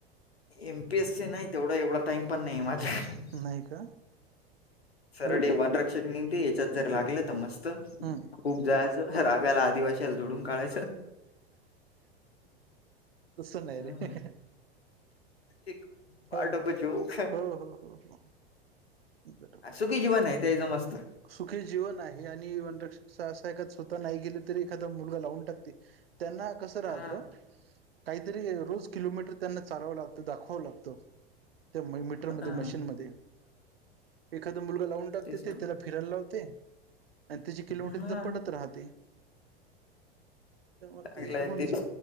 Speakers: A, on the left; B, on the right.
A: एम पी ए सी नाही तेवढा एवढा टाइम पण नाहीये माझ्याकड
B: नाही का?
A: सरडी
B: लवक
A: वनरक्षक निमती याच्यात जर लागलं तर मस्त
B: हम्म
A: खूप जायचं रागाला आदिवासीला झोडून काढायचं.
B: तसं नाही
A: हम्म
B: रे
A: एक पार्ट
B: हो हो
A: ऑफ अ जोक
B: हो हो हो. बरोबर
A: सुखी जीवन आहे ते ह्याच मस्त
B: सुखी जीवन आहे आणि वनरक्षकच असये एखाद स्वतः नाही गेलं तरी एखादा मुलगा लावून टाकते. त्यांना कसं राहतं?
A: हा
B: काहीतरी रोज किलोमीटर त्यांना चालावं लागतं, दाखवावं लागतं त्या मीटर मध्ये,
A: हा
B: मशीन मध्ये, एखादा मुलगा लावून टाकतात
A: तेच ना
B: ते फिराय लावते. आणि तिची किलोमीटर
A: हा
B: तिथं पडत राहते. त्यामुळे
A: चांगलं
B: ते
A: आहे
B: होऊन
A: तेच.
B: जा